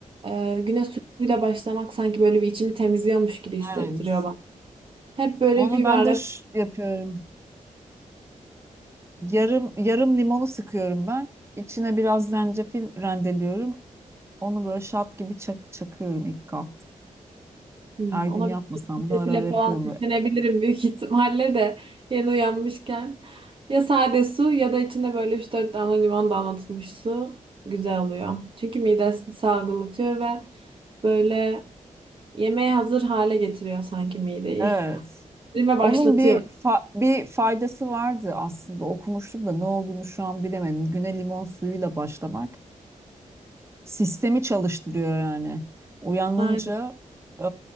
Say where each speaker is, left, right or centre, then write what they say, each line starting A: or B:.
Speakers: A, on the right (about 40°); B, on the right (about 20°).
A: e, güne suyla başlamak sanki böyle bir içimi temizliyormuş gibi hissettiriyor
B: Evet.
A: bana. Hep böyle
B: Onu
A: bir
B: ben
A: bardak.
B: de ş- yapıyorum. Yarım yarım limonu sıkıyorum ben. İçine biraz zencefil rendeliyorum. Onu böyle şat gibi çak, çakıyorum ilk kalktım.
A: Hmm,
B: Her gün
A: Ona
B: yapmasam da
A: defile
B: ara ara yapıyorum.
A: falan yüklenebilirim
B: Böyle
A: büyük ihtimalle de yeni uyanmışken. Ya sade su ya da içinde böyle üç dört damla limon damlatılmış su güzel oluyor. Çünkü midesini salgılatıyor ve böyle yemeğe hazır hale getiriyor sanki mideyi.
B: Evet.
A: <laughs> Erime
B: Onun
A: başlatıyor.
B: bir fa- bir faydası vardı aslında okumuştum da ne olduğunu şu an bilemedim. Güne limon suyuyla başlamak sistemi çalıştırıyor yani. Uyanınca
A: Aynen.
B: e,